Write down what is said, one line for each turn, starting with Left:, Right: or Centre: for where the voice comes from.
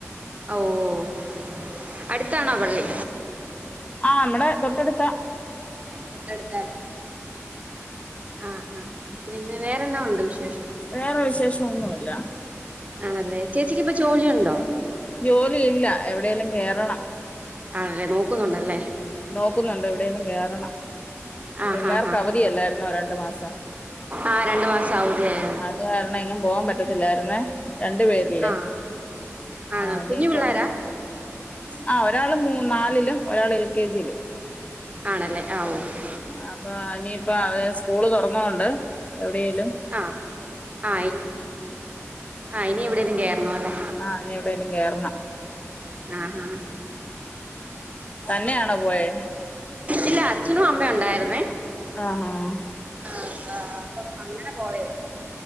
Right: ഓഹ് അടുത്താണോ പള്ളി
Left: ആഹ് നമ്മടെ തൊട്ടടുത്ത
Right: തൊട്ടടുത്താല്ലേ ആഹ് ആഹ് പിന്നെ വേറെന്താ ഉണ്ട് വിശേഷം
Left: വേറെ വിശേഷമൊന്നുമില്ല
Right: ആണല്ലേ ചേച്ചിക്ക് ഇപ്പൊ ജോലി ഉണ്ടോ
Left: ജോലിയില്ല എവിടേലും കേറണം
Right: ആണ് ല്ലേ നോക്കുന്നുണ്ടല്ലേ
Left: നോക്കുന്നുണ്ട് എവിടേലും കേറണം
Right: ആഹ്
Left: പിള്ളാർക്ക്
Right: ഹാ ഹാ
Left: അവധിയല്ലായിരുന്നോ രണ്ടു മാസം.
Right: ആ രണ്ടു മാസം
Left: അഹ്
Right: അവധിയായിരുന്നു
Left: ആഹ് അത് കാരണം എങ്ങും പോകാൻ പറ്റത്തില്ലായിരുന്നേ രണ്ടു പേരില്ലേ
Right: ആഹ് ആണോ
Left: ആഹ് ഇനിപ്പം
Right: കുഞ്ഞു പിള്ളാരാ
Left: ആഹ് ഒരാള് മൂ നാലിലും ഒരാള് എൽ കെ ജിയിലും
Right: ആണല്ലേ ആഹ് ഓഹ്
Left: ആഹ് അപ്പൊ എനിയിപ്പോ അതാ സ്കൂള് തൊറന്ന കൊണ്ട് എവിടെയേലും
Right: ആഹ് ആഹ് ഇനി ആഹ് ഇനി എവിടേലും കേറണം അല്ലേ
Left: ആഹ് ഇനി എവിടെലും കേറണം
Right: ആഹ് ആഹ്
Left: തന്നെയാണോ പോയേ
Right: ഇല്ലാ അച്ഛനും അമ്മയും ഒണ്ടായിരുന്നേ
Left: ആഹ് ആഹ്
Right: ആഹ് ആപ്പ് അപ്പൊ അങ്ങനെ പോയതാ